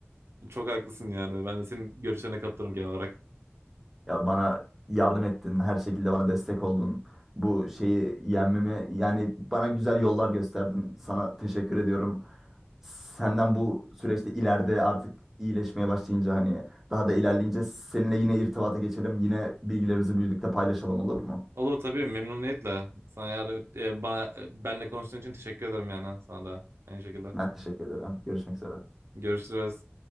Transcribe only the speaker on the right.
Çok haklısın yani ben de senin görüşlerine katılırım genel olarak.
Olur tabii memnuniyetle. Sana yardım et, e, bana, e, benle konuştuğun için teşekkür ederim yani sana da aynı şekilde.
Görüşürüz.